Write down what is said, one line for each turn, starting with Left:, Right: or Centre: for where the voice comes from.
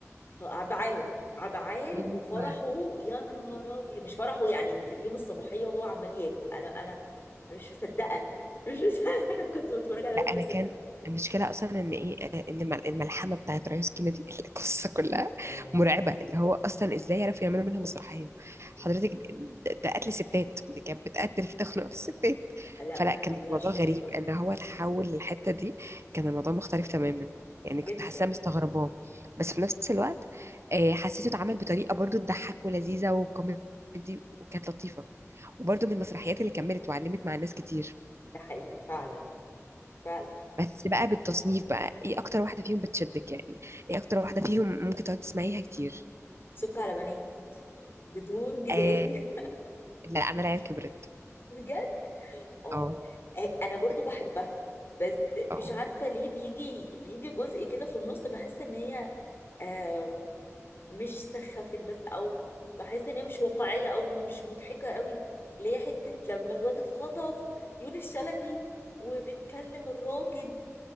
Left: ف- عبعال عبعال
Right: ايوه
Left: وفرحه يا نهار ابيض مش فرحه يعني يوم الصباحيه وهو عمال ياكل انا انا انا مش مصدقه مش مصدقه <laughs> انا كنت بتفرج عليها
Right: لا
Left: مش
Right: انا
Left: مصدقه
Right: كان المشكله اصلا ان ايه آه، ان الم- الملحمه بتاعت رئيس كندي <laughs> القصه كلها
Left: اه
Right: مرعبه اللي هو اصلا ازاي عرفوا يعملوا منها مسرحيه حضرتك
Left: اه
Right: ده ده قتل ستات دي كانت بتقتل في تخنق في الستات
Left: لا
Right: فلا
Left: فعلا
Right: كان
Left: عملها
Right: الموضوع
Left: شاطر
Right: غريب
Left: قوي
Right: ان هو تحول للحته دي كان الموضوع مختلف تماما يعني
Left: جدا
Right: كنت حاساه مستغرباه بس في نفس الوقت آه، حسيته اتعمل بطريقه برضو تضحك ولذيذه وكوميدي وكانت لطيفه وبرضو من المسرحيات اللي كملت وعلمت مع الناس كتير
Left: ده حقيقي فعلا فعلا
Right: بس بقى بالتصنيف بقى ايه اكتر واحده فيهم بتشدك يعني ايه اكتر واحده فيهم ممكن تقعد تسمعيها كتير
Left: سك على بنات بدون جدال
Right: آه
Left: <laughs>
Right: لا انا العيال كبرت
Left: بجد اه
Right: اه
Left: انا برضو بحبها بس مش
Right: اه
Left: عارفة ليه بيجي بيجي جزء كده في النص بحس ان هي آه مش سخفت بس او بحس ان هي مش واقعية او مش مضحكة قوي اللي هي حتة لما الواد اتخطف يونس الشلبي وبنكلم الراجل